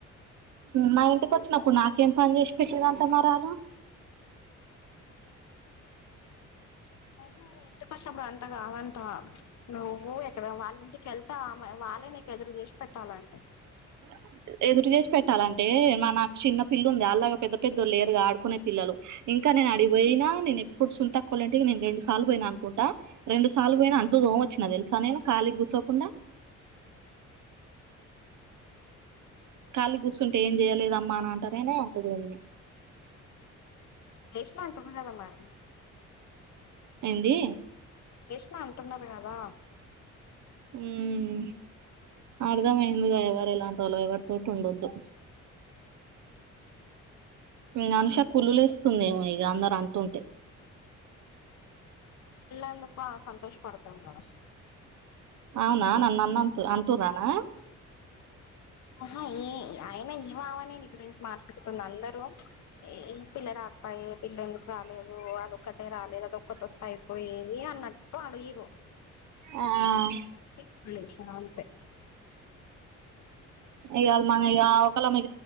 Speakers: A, on the right; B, on the left.
A: మా ఇంటికి వచ్చినప్పుడు నాకేం పని చేసి పెట్లేదటా మర అట
B: ఉహు ఇటు ప్పుడు అంట కాదంట నువ్వు ఇక్కడ వాళ్ళ ఇంటికిెళ్తా వాళ్ళే నీకు ఎదురు చేసి పె చాలంట <unintelligible>
A: <inaudible> ఎదురు చేసి పెట్టాలంటే మన చిన్న పిల్లు ఉంది అలాగా పెద్ద పెద్దోళ్ళ లేరుగా ఆడుకునే పిల్లలు ఇంకా ఇంగా నేను అడిగి పోయినా నేను ఎప్పుడూ సునీతక్కల్ ఇంటికి నేను రెండు సార్లు పోయినా అనుకుంటా రెండు సార్లు పోయిన అంట్లు తోమీనా వచ్చినా తెలుసా నేను కాళీగా కుసోకుండా ఖాళీగా కూర్స్తుుంటే ఏం చేయలేదమ్మా అని అంటారేనే అంట్లు తోమినా
B: ఏసిన అంటున్నారు కదా మరి
A: ఏందీ
B: ఏసి నా అంటున్నారు కదా
A: ఉమ్మ్ అర్థమైందిగా ఎవరు ఎలాంటి వాళ్ళ ఎవరితచోట ఉండద్దు ఇగా అనుషాకు కుళ్లు వస్తుందిమో ఇక అందరు అంటుంటే
B: పిల్లలు సంతోషపడతును గదా
A: అవునా నన్ను అంటుందామే
B: ఆహా ఈ అయన ఏ అవనే నీ గురించి మాట్లాడుతుంది అందరూ ఏ పిల్ల రాకపాయి పిల్ల ఎందుకు రాలేదు అదొక అే రాలేదు అది ఒక్క తొస్త అయిపోయేది అన్నట్టు అడిగరు
A: ఆహ్
B: ఇప్పుడు లేసిన అంతే
A: ఇవాళ మన ఇ ఒకళ మీ